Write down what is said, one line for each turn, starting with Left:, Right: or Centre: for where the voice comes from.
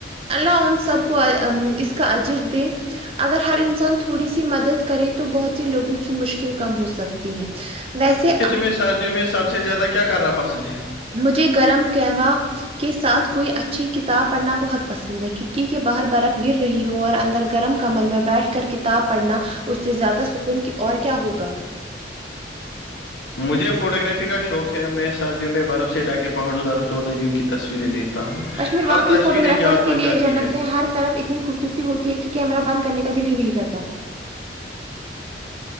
Right: اللہ ان سب کو اس کا عجر دے اگر ہر انسان تھوڑی سی مدد کرے تو بہت سے لوگوں کی مشکل کم ہو سک تی ہیں ویسے
Left: میں سردیوں میں سب سے زیادہ کیا کرنا پسند ہے
Right: مجھے گرم کہوا کے ساتھ کوئی اچھی کتاب پڑھنا بہت پسند ہے کھڑکی کے باہر برف گر رہی ہو اور اندر گرم کمل میں بیٹھ کر کتاب پڑھنا اس سے زیادہ سکون اور کیا ہوگا
Left: مجھے فوٹوگرافی کا شوق ہے میں سردیوں میں برف سے ڈاک کے پہاڑوں درخت اور دریوں کی تصویریں لیت تا ہوں
Right: کشمیر واقعی
Left: ہر تصویر
Right: فوٹوگرافرس
Left: ایک یاد
Right: کے
Left: بن
Right: لیے
Left: جاتی
Right: جنت
Left: ہے
Right: ہر طرف اتنی خوبصورتی ہوتی ہے کہ کیمرا بند کرنے کا دل ہی نہیں کرتا